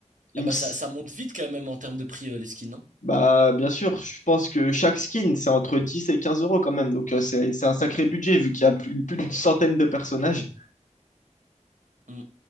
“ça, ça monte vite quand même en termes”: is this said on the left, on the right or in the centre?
Right